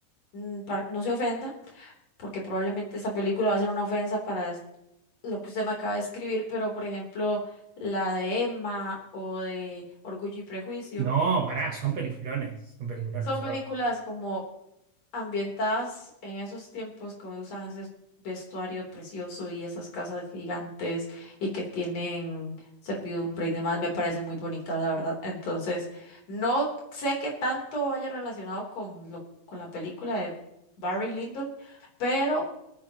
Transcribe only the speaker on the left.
mm, par- no se ofenda, porque probablemente esa película va a ser una ofensa para lo que usted me acaba de escribir, pero por ejemplo, la de Emma o de Orgullo y Prejuicio,
pues,
son películas como ambientadas en esos tiempos, como usan ese vestuario precioso y esas casas gigantes y que tienen servidumbre y demás, me parecen muy bonitas, la verdad. Entonces, no sé qué tanto vaya relacionado con lo, con la película de Barry Lyndon, pero